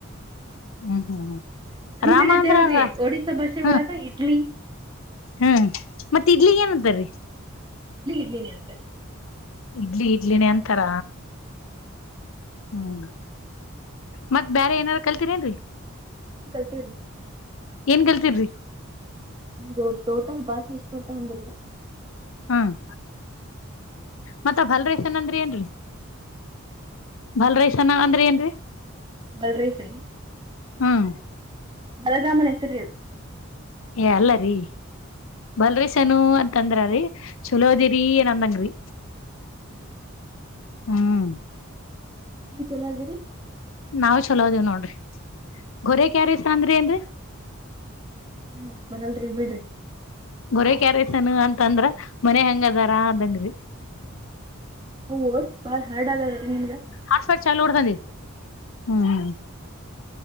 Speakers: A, on the left (about 70°); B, on the right (about 20°).
A: ಹ್ಮ್ ಹ್ಮ್ ಹ್ಮ್
B: ನಮ್
A: ರಾಮ
B: ಕಡೆ
A: ಅಂದ್ರ
B: ದೇವ್ರಿ ಒಡಿಸಶಾ ಭಾಷೆ
A: ಹಾ
B: ಒಳಗ ಇಡ್ಲಿ
A: ಹ್ಮ್ ಮತ್ತೆ ಇಡ್ಲಿಗ ಏನಂತಾರರಿ
B: ಇನೆ ಅಂತಾರೆ
A: ಇಡ್ಲಿ ಇಡ್ಲಿನೇ ಅಂತಾರ ಹ್ಮ್ ಮತ್ ಬೇರೆ ಏನಾರ ಕಲ್ತೀರ ಏನ್ರಿ
B: ನಿ ಕಲ್ತ ರೀ
A: ಏನ್ ಕಲ್ತಿದ್ರಿ <inaudible>
B: ನಿಮದು ಟೋಟಲ್ ಭಾಷೆ ಎಷ್ಟ ಬಡ್ತಾ ಬಂದ್ರೀ
A: ಹ್ಮ್ ಮತ್ತ ಭಲ್ ರೈಸನ್ ಅಂದ್ರ ಏನ್ರಿ ಭಲ್ರಸನ ಅಂದ್ರ ಏನ್ರೀ <inaudible>
B: ಬಲ್ರೈಸರಿ <unintelligible>
A: ಹ್ಮ್
B: ಬರರಾಮನ್ ಹೆಸರಿರು <unintelligible>
A: ಏ ಅಲ್ಲರಿೀ ಬಲ್ರಿೀ <unintelligible> ನು ಅಂತಂದ್ರದೀ ಚಲೋದಿರಿಏ ನಂದಂಗ್ರಿ
B: ಹ್ಮ್
A: ಹ್ಮ್
B: ನೀವು ಚಲೋ ಅದಿರಿ
A: ನಾವವು್ ಚಲೋದೇವ್ ನೋಡ್ರಿ ಗೊರೆಕ್ ಯಾರ ಇಸ್ರ ಅಂದ್ರಿ ಏನ್
B: ನನ್ಷ್ಟ ಬರಲ್ರಿ ಬಿಡ್ರಿ <unintelligible>
A: ಗೊರೆ ಕ್ಯಾರಸನು ಅಂತಂದ್ರ ಮನೆ ಹೆಂಗ ಅದಾರ ಅದಂಗ್ರಿ
B: ಹಓ ಬಾ ಹಾರ್ಡ್ ಆಗದತ್ತೆ ನಿಮ್ಗ <unintelligible>
A: ಹಫರ್ ಚಲು ಉಡ್ತಿ ಹ್ಮ್